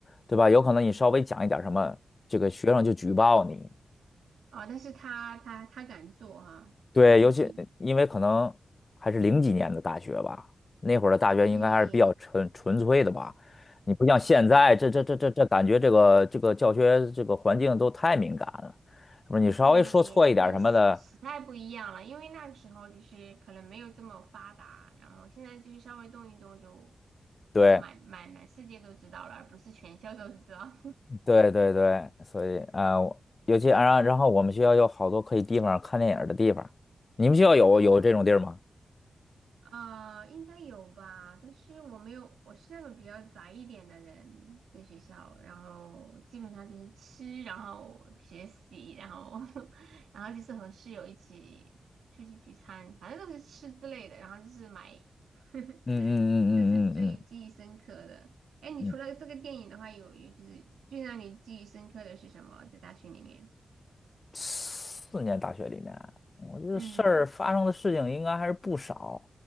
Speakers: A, on the left (about 45°); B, on the right (about 85°).
A: 对吧？有可能你稍微讲一点儿什么，这个学生就举报你，
B: 啊，但是他他他敢做哈、
A: 对，
B: 因为近
A: 尤其因为可能还是零几年的大学吧，那会儿的大学应该还是比较纯纯粹的吧。
B: 对
A: 你不像现在，这这这这这感觉这个这个教学这个环境都太敏感了，是不是？你稍微说错一点儿什么的，
B: 对，可能时时代不一样了，因为那个时候就是可能没有这么发达，然后现在就是稍微动一动就
A: 对
B: 就满满满世界都知道了，而不是全校都知道。
A: 对对对，所以啊、呃尤其啊，然后我们学校有好多可以地方看电影儿的地方，你们学校有有这种地儿吗？
B: <laughs> 哦，呃，应该有吧，但是我没有，我是那种比较宅一点的人，在学校，然后基本上就是吃，然后学习，然后 <laughs> 然后就是和室友一起出去聚餐，反正都是吃之类的，然后就是买，<laughs>
A: 嗯嗯嗯嗯嗯
B: 这是最记忆深刻的。哎，你除了这个电影的话，
A: 嗯嗯，
B: 有有就是最让你记忆深刻的是什么？在大学里面？
A: 四年大学里面，我觉得事儿发生的事情应该还是不少。
B: 嗯，